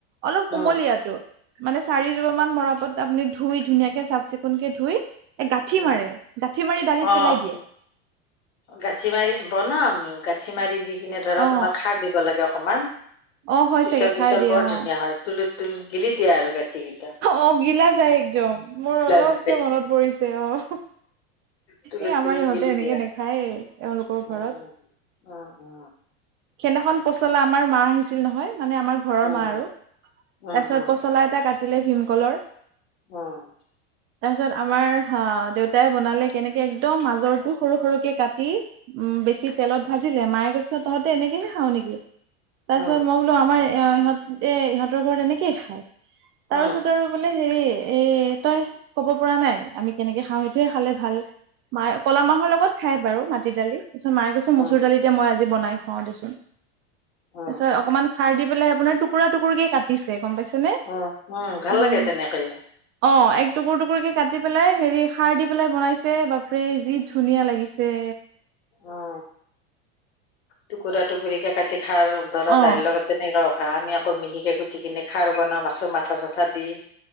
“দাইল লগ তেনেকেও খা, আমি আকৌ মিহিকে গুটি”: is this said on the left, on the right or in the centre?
Left